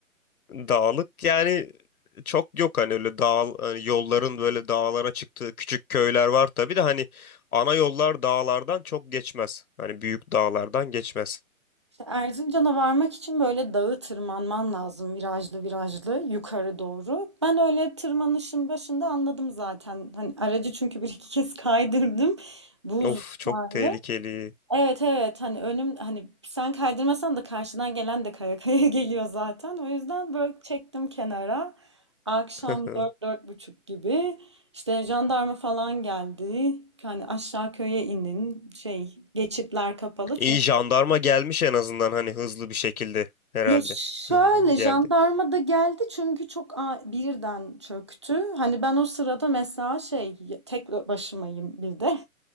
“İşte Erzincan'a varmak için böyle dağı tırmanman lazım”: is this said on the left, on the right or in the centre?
Right